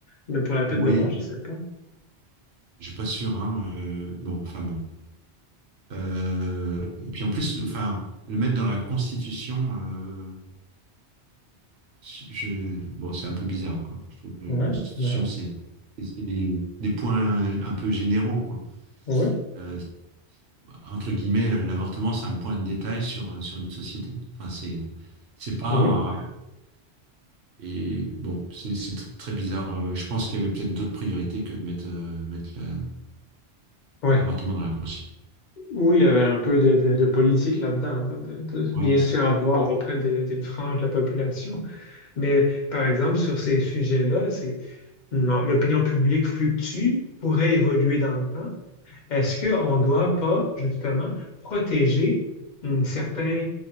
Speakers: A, on the left; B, on the right.
A: mais pour la peine
B: oui,
A: de mort, je ne sais pas.
B: je suis pas sûr. Hein. euh, bon, enfin bon. Euh, et puis en plus, enfin, le mettre dans la Constitution, euh, je, bon, c'est un peu bizarre, quoi. Je trouve que la
A: Ouais,
B: Constitution,
A: ouais,
B: c'est c'est- c'est des, des points un peu généraux, quoi.
A: ouais,
B: Euh, entre guillemets, l'avortement, c'est un point de détail sur, sur une société. Enfin, c'est c'est pas.
A: oui.
B: Et bon, c'est c'est tr- très bizarre. Euh, Je pense qu'il y avait peut-être d'autres priorités que de mettre, euh, mettre la-
A: Ouais.
B: l'avortement dans la Constitution.
A: Oui, il y avait un peu de, de- de politique là-dedans, hein, de, de
B: Ouais,
A: bien se
B: c'est-
A: faire voir auprès des- d'une frange de la population. Mais par exemple, sur ces sujets-là, c'est non, l'opinion publique fluctue, pourrait évoluer dans le temps. Est-ce qu'on ne doit pas, justement, protéger hum, certains